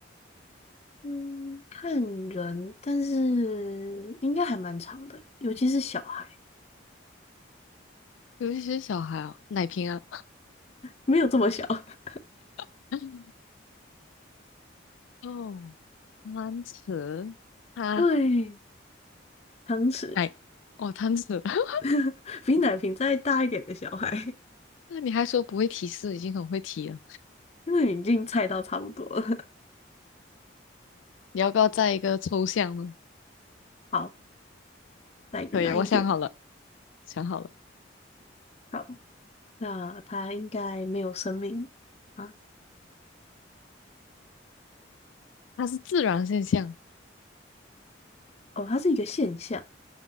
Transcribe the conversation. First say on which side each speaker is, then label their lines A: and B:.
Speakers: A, on the left; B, on the left.
A: 嗯，看人，但是应该还蛮长的，尤其是小孩，
B: 尤其是小孩啊，奶瓶啊。
A: 没有这么小。<laughs>
B: <laughs> 哦，贪吃，它，
A: 对，汤匙
B: 哎，哦，贪吃，<laughs>
A: <laughs> 比奶瓶再大一点的小孩，
B: 那你还说不会提示，已经很会提了。
A: <laughs> 因为你已经猜到差不多了。
B: 你要不要再一个抽象呢？
A: 好，来一个难一点。
B: 可以，我想好了，想好了，
A: 好，那它应该没有生命啊？
B: 它是自然现象，
A: 哦，它是一个现象，